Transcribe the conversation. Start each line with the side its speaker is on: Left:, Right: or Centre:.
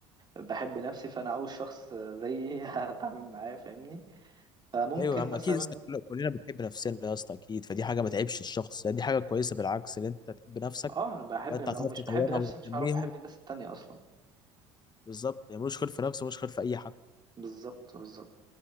Right: بحب نفسي فانا عاوز شخص زيي <laughs> هتعامل معاه فاهمني فممكن
Left: ايوه يا عم
Right: مثلا
Left: اكيد يا اسطى كل- كلنا بنحب نفسنا يا اسطى اكيد فدي حاجه ما تعيبش الشخص يعني دي حاجه كويسه بالعكس ان انت تحب نفسك
Right: اه انا بحب
Left: فانت
Right: لما
Left: هتعرف
Right: لو مش
Left: تطورها
Right: بحب نفسي مش
Left: وتنميها
Right: هعرف احب الناس التانية اصلا
Left: بالظبط يعني ملوش خير في نفسه ملوش خير في اي حد
Right: بالظبط بالظبط